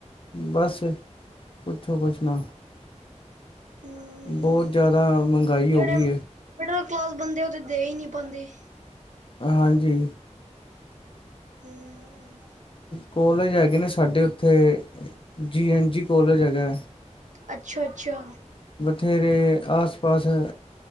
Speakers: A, on the left; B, on the right.
A: ਬਸ। ਪੁੱਛੋ, ਕੁੱਛ ਨਾ।
B: ਹਮ
A: ਬਹੁਤ ਜ਼ਿਆਦਾ, ਮਹੰਗਾਈ
B: ਜਿਹੜੇ
A: ਹੋ ਗਈ ਏ।
B: ਮਿਡਲ ਕਲਾਸ ਬੰਦੇ ਉਹ ਤੇ, ਦੇ ਹੀ ਨਹੀਂ ਪਾਂਦੇ।
A: ਹਾਂਜੀ।
B: ਹੂੰ।
A: ਕੋਲੇਜ ਹੈਗੇ ਨੇ ਸਾਡੇ ਉੱਥੇ, ਜੀ ਐਨ ਜੀ ਕੋਲੇਜ ਹੈਗਾ।
B: ਅੱਛਾ-ਅੱਛਾ।
A: ਥੇਰੇ ਆਸ ਪਾਸ ਐ।